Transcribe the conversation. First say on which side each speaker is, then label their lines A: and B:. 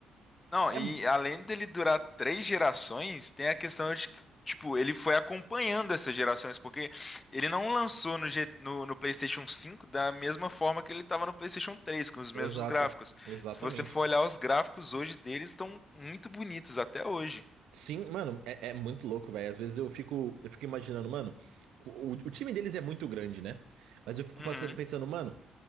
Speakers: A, on the left; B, on the right.
A: Não,
B: É.
A: e
B: mu-
A: além dele durar três gerações, tem a questão de que, tipo, ele foi acompanhando essas gerações, porque ele não lançou no, G- no, no PlayStation 5 da mesma forma que ele estava no PlayStation 3, com os mesmos
B: Exato.
A: gráficos.
B: Exatamente.
A: Se você for olhar os gráficos hoje deles, estão muito bonitos até hoje.
B: Sim, mano, é, é muito louco, velho. Às vezes eu fico, eu fico imaginando, mano. O, o time deles é muito grande, né? Mas eu fico
A: Uhum,
B: passando, pensando, mano.